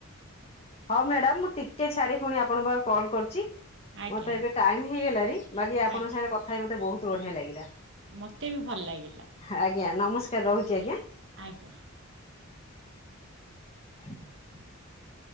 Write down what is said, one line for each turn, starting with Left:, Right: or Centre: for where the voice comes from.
Left: ହଁ ମ୍ୟାଡାମ ମୁଁ ଟିକେ ଛାଡି ପୁଣି ଆପଣଙ୍କ ପାଖକୁ କଲ୍ କରିୁଚି।
Right: ଆଜ୍ଞା
Left: ମତେ
Right: ଆଜ୍ଞା
Left: ଏବେ ଟାଇମ ହେଇଗଲାଣି ବାକି ଆପଣଙ୍କ
Right: ଆଜ୍ଞା
Left: ସାଙ୍ଗରେ କଥା ହ ମତେ ବହୁତ ବଢିଆ ଲାଗିଲା।
Right: ମତେ ବି ଭଲ ଲାଗିଲା।
Left: ଆଜ୍ଞା ନମସ୍କାର ରହୁଚି ଆଜ୍ଞା।
Right: ଆଜ୍ଞା।
Left: <inaudible>